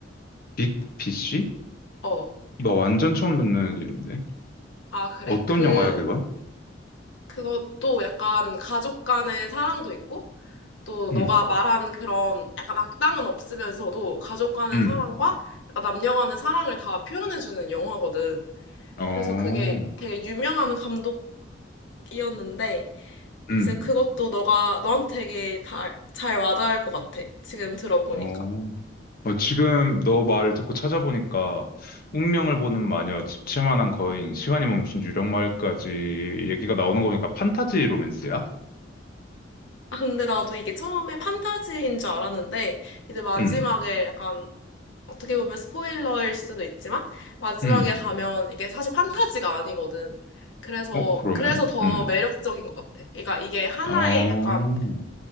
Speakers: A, on the left; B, on the left.
A: 빅피쉬?
B: 어,
A: 나 완전 처음 듣는 이름인데.
B: 아, 그래?
A: 어떤
B: 그,
A: 영화야, 그건?
B: 그것도 약간 가족 간의 사랑도 있고, 또 너가
A: 음,
B: 말한 그런 약간 악당은 없으면서도 가족 간의
A: 음,
B: 사랑과 약간 남녀 간의 사랑을 다 표현해주는 영화거든.
A: 어,
B: 그래서 그게 되게 유명한 감독 이었는데
A: 음.
B: 이제 그것도 너가 너한테 되게 다, 잘 와닿을 것 같아. 지금 들어보니까.
A: 어, 어, 지금 너 말을 듣고 찾아보니까 운명을 보는 마녀, 집채만한 거인, 시간이 멈춘 유령마을까지 얘기가 나오는 거 보니까 판타지 로맨스야?
B: 아, 근데 나도 이게 처음에 판타지인 줄 알았는데 이제 마지막에
A: 음,
B: 약간 어떻게 보면 스포일러일 수도 있지만 마지막에
A: 음.
B: 가면 이게 사실 판타지가 아니거든. 그래서
A: 어, 그러면?
B: 그래서 더
A: 음.
B: 매력적인 것 같아. 그러니까 이게 하나의
A: 어,
B: 약간